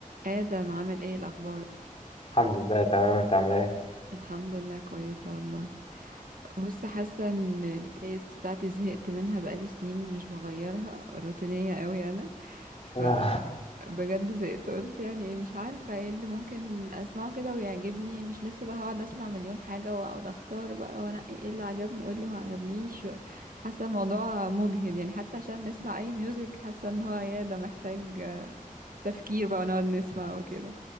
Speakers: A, on the right; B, on the left.
A: آدم عامل ايه الأخبار؟
B: الحمد لله تمام انت عامل ايه
A: الحمد لله كويسة والله بص حاسة ان البلاي ليست بتاعتي زهقت منها بقالي سنين مش بغيرها روتينية قوي أنا ف
B: آه،
A: بجد زهقت قلت يعني ايه مش عارفة ايه اللي ممكن اسمعه كده ويعجبني مش لسه بقى هقعد اسمع مليون حاجة واقعد اختار بقى وانقي ايه إيه اللي عجبني ايه اللي ما عجبنيش حاسة الموضوع مجهد يعني حتى عشان نسمع اي ميوزك حاسة ان هو يا ده محتاج تفكير بقى ونقعد نسمع وكده